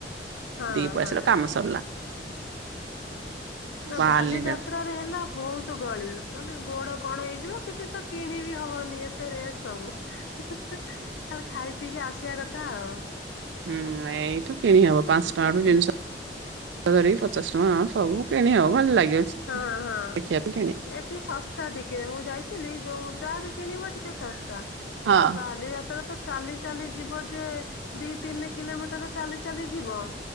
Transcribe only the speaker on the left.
ହଁ
ହଁ
ନା
ବାଲିଯାତ୍ରାରେ ହେଲା ବହୁତ ଗଳି ମାନେ ଗୋଡ କଣ ହେଇଯିବ କିଛି ତ କିଣି ବି ହବନି ଏତେ ରେଟ ସବୁ ଖାଲି ଖାଇ ପିଇକି ଆସିବା କଥା ଆଉ।
ହୁଁ
ହଁ ହଁ
ଏଠି ଶସ୍ତା ଟିକେ ମୁଁ ଯାଇଥିଲି ଯୋଉ ଯାହାବି କିଣିବ ଟିକେ ଶସ୍ତା
ଆଉ ବାଲିଯାତ୍ରା ତ ଚାଲି ଚାଲି ଯିବ ଯେ ଦି ତିନି କିଲୋମିଟର ଚାଲି ଚାଲି ଯିବ